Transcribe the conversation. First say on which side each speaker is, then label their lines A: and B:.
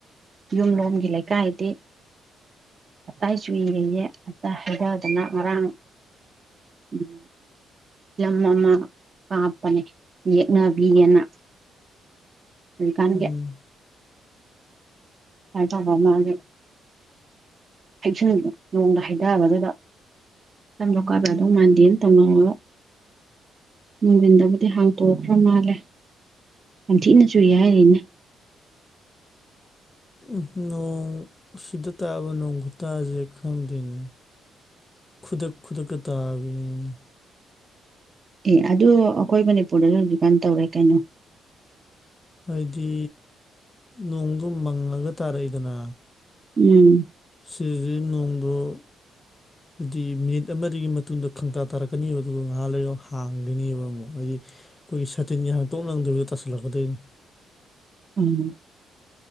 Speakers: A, on the right; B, on the left.
A: ꯌꯨꯝ ꯂꯣꯝꯒꯤ ꯂꯩ ꯀꯥꯏꯗꯤ ꯇꯞꯇꯥ ꯆꯨꯏꯌ‌ꯦ ꯌꯦ ꯉꯥꯟꯇ ꯍꯩꯗꯗꯅ ꯉꯔꯥꯡ ꯎꯝ ꯌꯥꯝ ꯉꯥꯟꯅ ꯀꯥꯞꯄꯅꯦ ꯌꯦꯛꯅꯕꯤꯑ‍ꯦꯅ ꯍꯧꯖꯤꯛꯀꯥꯟꯒꯤ
B: ꯎꯝ
A: ꯍꯥꯏ ꯇꯧꯕ ꯃꯥꯖꯨ ꯍꯩꯁ ꯅꯣꯡꯗꫭ ꯍꯩꯗꯥꯕꯗꯨꯗ ꯁꯝꯗꫭ ꯀꯥꯞ ꯌꯥꯗꯧ ꯃꯟꯗ‌ꯦꯅ ꯇꯧꯅꯧꯍꯧꯕ ꯅꯨꯡꯗꯤꯟꯗꯕꯨꯗꯤ ꯍꯥꯡꯇꯣꯛꯈ꯭ꯔ ꯃꯥꯜꯂꯦ ꯌꯥꯝ ꯊꯤꯅ ꯆꯨꯏꯍꯥꯏꫪꯤꯅ‌ꯦ
B: ꯎꯝ ꯅꯣꯡ ꯁꯤꯗ ꯇꯥꯕ ꯅꯣꯡ ꯈꯨꯨꯇꯥꯁꯦ ꯈꯪꯗꯦꯅꯦ ꯈꯨꯗꯛ ꯈꯨꯗꯛ ꯇꯥꯕꯤꯅꯤꯅ‌ꯦ
A: ꯑꯦ ꯑꯗꯨ ꯑꯩꯈꯣꯏ ꯃꯅꯤꯄꯨꯔꯗꯁꯨ ꯍꯧꯖꯤꯛ ꯀꯥꯟ ꯇꯧꯔꯦ ꯀꯩꯅꯣ
B: ꯍꯥꯏꯗꯤ ꯅꯣꯡꯗꯣ ꯃꯪꯉꯒ ꯇꯥꯔꯩꯏꯗꯅ
A: ꯎꯝ
B: ꯁꯗꯤ ꯅꯣꯡꯗꫭ ꯍꯥꯏꯗꯤ ꯃꯤꯅꯤꯠ ꯑꯃꯗꯒꯤ ꯃꯇꯨꯡꯗ ꯈꯪꯇꯥ ꯇꯥꯔꯛꯀꯅꯤꯕ ꯑꯗꯨꯒ ꯉꯥꯏꯍꯥ ꯂꯩꯒ ꯍꯥꯡꯒꯅꯦꯕ ꯑꯃꯨꯛ ꯍꯥꯏꯗꯤ ꯑꯩꯈꯣꯏꯒꯤ ꯁꯇꯤꯟꯒꯥ ꯅꯪꯗꯥꯕꯤꯗꯥ ꯇꯁꯤꯜꯂꯛꯀꯗꯣꯏꯅꯤ
A: <inaudible> ꯎꯝ